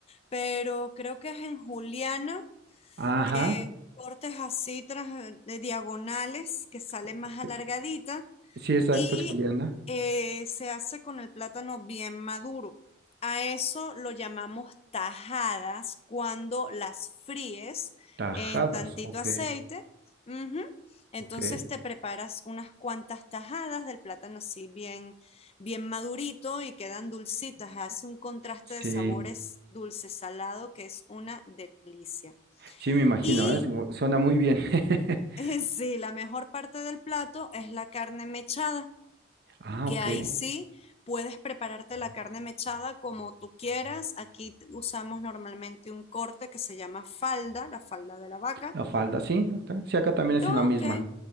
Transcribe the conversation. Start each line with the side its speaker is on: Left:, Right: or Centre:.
Left: pero creo que es en juliana,
Right: Ajá.
Left: en cortes así tras- de diagonales que sale
Right: o-
Left: más
Right: ok,
Left: alargadita
Right: Sí, exacto,
Left: y
Right: es juliana.
Left: eh, se hace con el plátano bien maduro. A eso lo llamamos tajadas cuando las fríes
Right: Tajadas,
Left: en tantito
Right: ok,
Left: aceite. Ujú. Entonces
Right: ok.
Left: te preparas unas cuantas tajadas del plátano así bien, bien madurito y quedan dulcitas. Hace un contraste
Right: Sí,
Left: de sabores dulce-salado que es una delicia.
Right: sí, me imagino,
Left: Y
Right: ¿eh? Su- Suena muy bien. <laughs>
Left: <laughs> sí, la mejor parte del plato es la carne mechada
Right: Ah,
Left: que
Right: ok.
Left: ahí sí puedes prepararte la carne mechada como tú quieras. Aquí t- usamos normalmente un corte que se llama falda, la falda de la vaca.
Right: La falda, sí, ok. Sí, acá también es la
Left: Ok.
Right: misma.